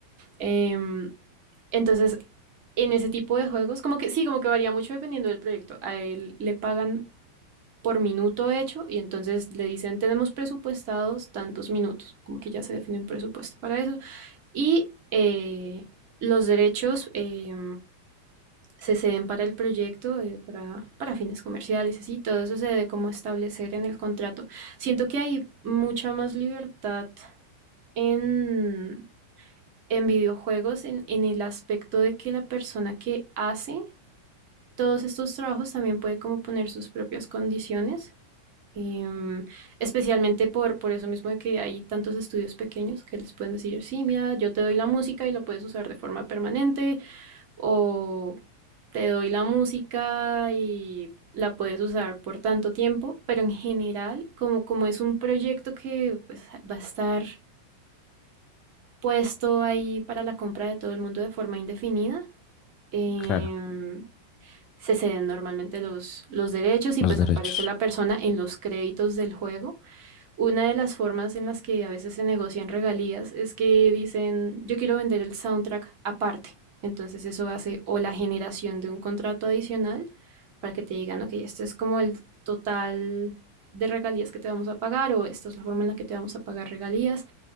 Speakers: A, on the right (about 45°); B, on the left (about 35°).
A: Em, entonces, en ese tipo de juegos, como que sí, como que varía mucho dependiendo del proyecto. A él le pagan por minuto hecho y entonces le dicen tenemos presupuestados tantos minutos, como que ya se define un presupuesto para eso. Y eh, los derechos eh, se ceden para el proyecto, eh, para, para fines comerciales, así, todo eso se debe como establecer en el contrato. Siento que hay mucha más libertad en, en videojuegos en, en el aspecto de que la persona que hace todos estos trabajos también puede como poner sus propias condiciones Em, especialmente por, por eso mismo de que hay tantos estudios pequeños que les pueden decir, sí, mira, yo te doy la música y la puedes usar de forma permanente, o te doy la música y la puedes usar por tanto tiempo, pero en general, como, como es un proyecto que pues, va a estar puesto ahí para la compra de todo el mundo de forma indefinida, em,
B: Claro.
A: se ceden normalmente los, los derechos y
B: los
A: pues
B: derechos.
A: aparece la persona en los créditos del juego una de las formas en las que a veces se negocian regalías es que dicen, yo quiero vender el soundtrack aparte. Entonces eso hace o la generación de un contrato adicional para que te digan, ok, este es como el total de regalías que te vamos a pagar o esta es la forma en la que te vamos a pagar regalías.